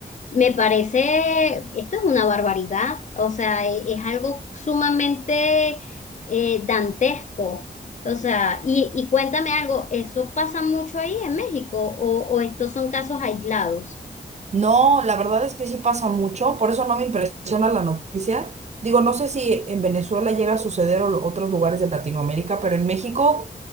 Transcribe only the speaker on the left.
Me parece, esto es una barbaridad, o sea, e- es, algo sumamente eh, dantesco. O sea, y, y cuéntame algo, ¿eso pasa mucho ahí en México o, o estos son casos aislados?